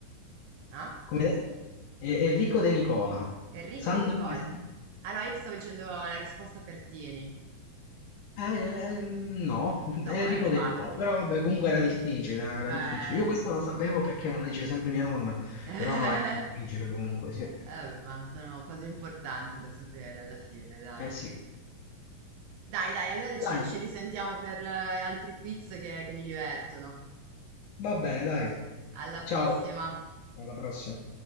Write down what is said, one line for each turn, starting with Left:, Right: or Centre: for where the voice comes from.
Right: Ah?
Left: come detto? E- Enrico De Nicola,
Right: Enrico
Left: Sandro
Right: De Nicole.
Left: Pertini.
Right: Ah no, io ti stavo dicendo la risposta Pertini.
Left: Eh, ehm, no, <laughs>
Right: No,
Left: Enrico
Right: eh, infatti.
Left: De Nicola, però vabbè, comunque era difficile, eh, era
Right: Eh,
Left: difficile. Io
Right: sì,
Left: questa la
Right: sì.
Left: sapevo perché me lo dice sempre mia nonna,
Right: <laughs>
Left: però no, era difficile comunque, sì.
Right: Eh, vabbè, ma sono cose importanti da sapere alla fine, dai.
Left: Eh sì.
Right: Dai, dai, allora ci,
Left: Dai,
Right: ci risentiamo per eh, altri quiz che che mi divertono.
Left: va bene, dai.
Right: Alla prossima.
Left: Ciao, alla prossima.